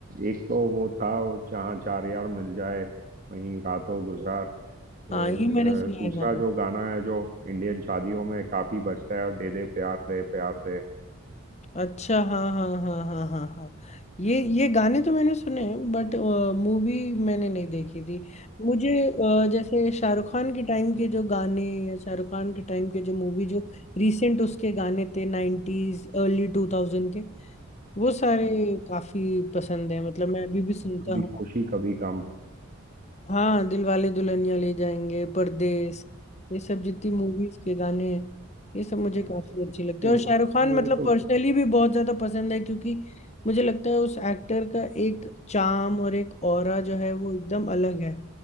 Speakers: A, on the right; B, on the left.
A: एक तो वो था जहाँ चार यार मिल जाए वहीं रातों गुजार फिर
B: हाँ ये मैंने सुना
A: अ, दूसरा
B: है गाना
A: जो गाना है जो इंडियन शादियों में काफी बजता है दे दे प्यार दे प्यार दे
B: अच्छा हाँ हाँ हाँ हाँ हाँ हाँ ये ये गाने तो मैंने सुने हैं बट मूवी मैंने नहीं देखी थी मुझे अ, जैसे शाहरुख खान के टाइम के जो गाने या शाहरुख खान के टाइम के जो मूवी जो रिसेंट उसके गाने थे नाइन्टीज अर्ली टू थाउजेंड के, वो सारे काफी पसंद है मतलब मैं अभी भी सुनता
A: कभी
B: हूँ
A: खुशी कभी गम
B: हाँ दिलवाले दुल्हनिया ले जाएंगे परदेश ये सब जितनी मूवीज के गाने हैं ये सब मुझे
A: अ,
B: काफी अच्छी लगती
A: वो
B: है और शाहरुख खान
A: वो
B: मतलब
A: तो
B: पर्सनली भी बहुत ज्यादा पसंद है क्योंकि मुझे लगता है उस एक्टर का एक चार्म और एक ऑरा जो है वो एकदम अलग है